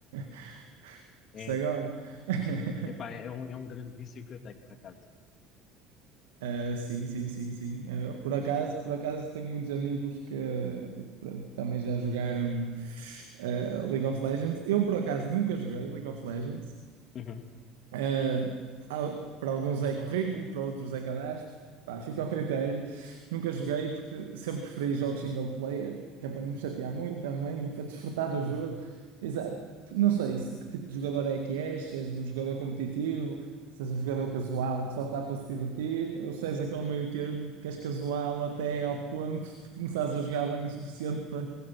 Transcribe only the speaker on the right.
<laughs>
Isso agora. <laughs>
Ah, sim, sim, sim, sim. Ah, por acaso, por acaso tenho muitos amigos que pronto, também já jogaram ah, League of Legends. Eu por acaso nunca joguei League of Legends,
ah, Há- para alguns é currículo, para outros é cadastro. Pá, fica ao critério. Nunca joguei porque sempre preferi jogos single player, que é para não me chatear muito também e para desfrutar do jogo. Exa- Não sei se que tipo de jogador é que és, se és um jogador competitivo, se és um jogador casual que só está para se divertir, ou se és aquele meio termo que és casual até ao ponto de começares a jogar bem o suficiente para,